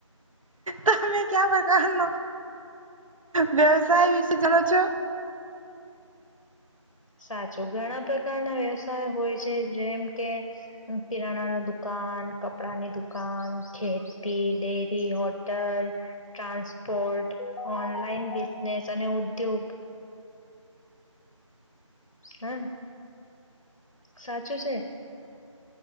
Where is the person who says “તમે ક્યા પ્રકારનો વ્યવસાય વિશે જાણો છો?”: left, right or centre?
Right